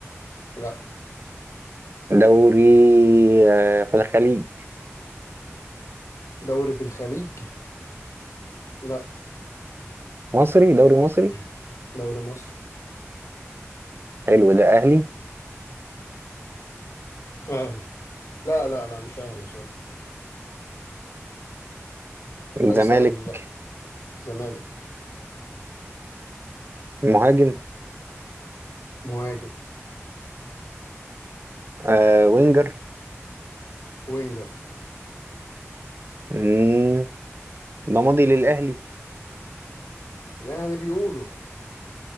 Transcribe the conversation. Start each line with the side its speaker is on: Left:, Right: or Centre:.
Left: لا
Right: دوري آه في الخليج
Left: دوري في الخليج لا
Right: مصري دوري مصري
Left: <clears throat> دوري مصر
Right: حلو ده اهلي
Left: اهلي لا لا لا مش اهلي سوري ليس
Right: زمالك
Left: اهلي لا زمالك
Right: مهاجم
Left: مهاجم
Right: آه وينجر
Left: وينجر
Right: مم، ده ماضي للاهلي
Left: يعني بيقولوا